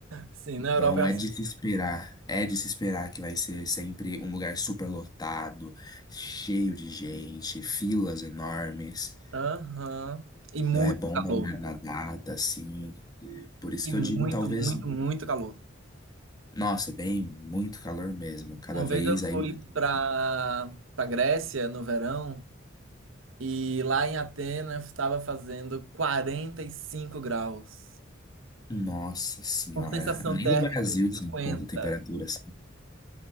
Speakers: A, on the right; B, on the left.
A: Sim, na Europa
B: Não
A: é assim.
B: é de se esperar, é de se esperar que vai ser sempre um lugar super lotado, cheio de gente, filas enormes.
A: Aham. E muito
B: Não é bom
A: calor.
B: na, na data, assim. Por isso
A: E
B: que
A: muito,
B: eu digo, talvez,
A: muito, muito calor.
B: nossa, bem, muito calor mesmo. Cada
A: Uma
B: vez
A: vez eu fui
B: aí,
A: para para Grécia no verão e lá em Atenas estava fazendo 45 graus,
B: nossa senhora,
A: com sensação
B: nem
A: térmica
B: no Brasil se
A: cinquenta
B: encontra temperatura assim.